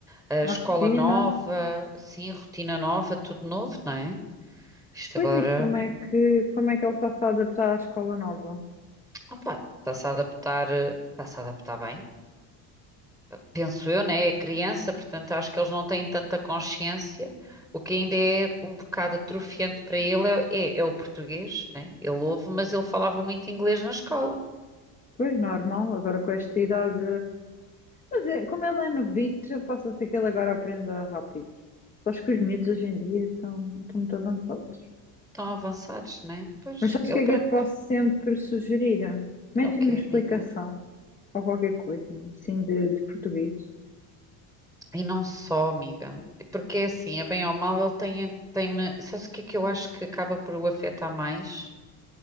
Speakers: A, in the centre; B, on the left.
A: a escola
B: A rotina.
A: nova, sim, rotina nova, tudo novo, não é? Isto
B: Pois
A: agora,
B: e como é que, como é que ele está-se a adaptar à escola nova?
A: opa, está-se a adaptar, eh, está-se a adaptar bem. penso eu, né? É criança, portanto acho que eles não têm tanta consciência. O que ainda é um bocado atrofiante para ele é, é- é o português, né? Ele ouve, mas ele falava muito inglês na escola.
B: Pois, normal, agora com esta idade Mas é, como ele é novito, eu posso ser que ele agora aprenda rápido. Acho que os miúdos hoje em dia estão, estão muito avançados.
A: Tão avançados, né? Pois,
B: Mas sabes
A: ele
B: o que é
A: para
B: que eu te
A: quê?
B: posso sempre sugerir? Mete-lhe
A: Ok,
B: uma explicação
A: amiga.
B: ou qualquer coisa, assim, de, de português.
A: E não só, amiga. Porque é assim, é bem ou mal, ele tem, tem... Sabes o que é que eu acho que acaba por o afetar mais?